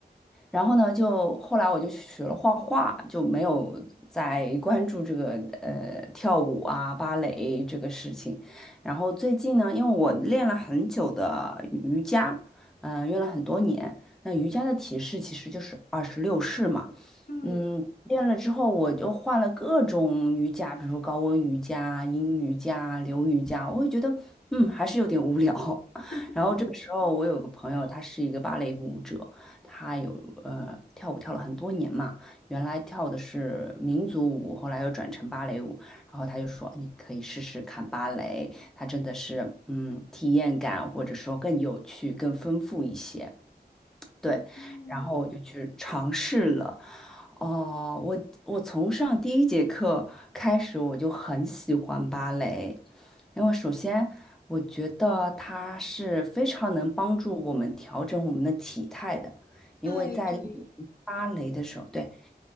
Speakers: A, in the centre; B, on the left.
A: 然后呢，就后来我就学了画画，就没有再关注这个呃跳舞啊、芭蕾这个事情。然后最近呢，因为我练了很久的瑜伽，嗯、练了很多年。那瑜伽的体式其实就是二十六式嘛，
B: 嗯
A: 嗯，练了之后我就换了各种瑜伽，比如说高温瑜伽、阴瑜伽、流瑜伽，我会觉得嗯还是有点无聊。
B: 嗯
A: 然后这个时候，
B: <laughs>
A: 我有个朋友，他是一个芭蕾舞者，他有呃跳舞跳了很多年嘛，原来跳的是民族舞，后来又转成芭蕾舞，然后他就说你可以试试看芭蕾，它真的是嗯体验感或者说更有趣、更丰富一些。对，
B: 嗯，
A: 然后我就去尝试了。哦，我我从上第一节课开始，我就很喜欢芭蕾，因为首先我觉得它是非常能帮助我们调整我们的体态的，因为在练习芭蕾的时候，
B: 对对。
A: 对